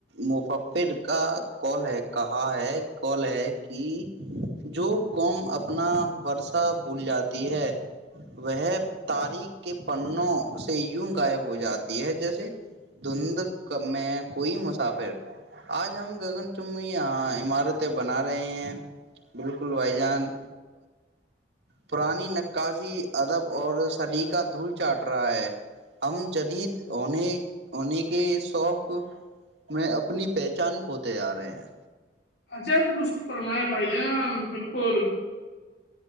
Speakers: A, on the right; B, on the left.
A: مففر کا کال ہے کہا ہے کال ہے کہ جو قوم اپنا ورسہ بھول جاتی ہے وہ تاریخ کے پنوں سے یوں غائب ہو جاتی ہے جیسے دھند میں کوئی مسافر آج ہم گگن چمنی عمارتیں بنا رہے ہیں بالکل بھائی جان پرانی نقاسیی ادب اور سلیقہ دھول چاٹ رہا ہے ہم جدید ہونے ہونے کے شوق میں اپنی پہچان کھوتے آ رہے ہیں
B: اجب دست فرمایا بھ جان بالکل